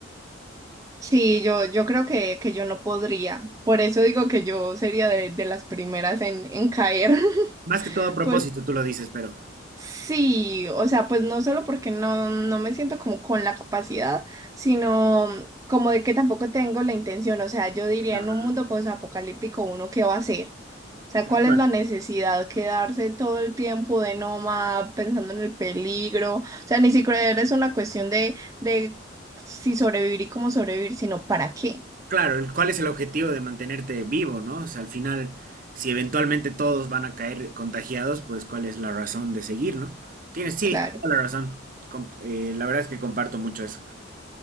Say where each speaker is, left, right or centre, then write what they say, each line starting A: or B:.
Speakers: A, on the right; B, on the right.
A: Sí, yo, yo creo que, que yo no podría. Por eso digo que yo sería de, de las primeras en, en caer. <laughs>
B: Más que todo a propósito,
A: Pues
B: tú lo dices, pero...
A: Sí, o sea, pues no solo porque no, no me siento como con la capacidad, sino como de que tampoco tengo la intención. O sea, yo diría
B: Ah,
A: en un mundo posapocalíptico, ¿uno qué va a hacer? O sea,
B: tal
A: ¿cuál
B: cual.
A: es la necesidad? Quedarse todo el tiempo de nómada pensando en el peligro. O sea, ni siquiera es una cuestión de, de si sobrevivir y cómo sobrevivir, sino para qué.
B: Claro, el, ¿cuál es el objetivo de mantenerte vivo, no? O sea, al final, si eventualmente todos van a caer contagiados, pues ¿cuál es la razón de seguir, no? Tienes, sí,
A: Claro.
B: toda la razón. Com- eh, la verdad es que comparto mucho eso.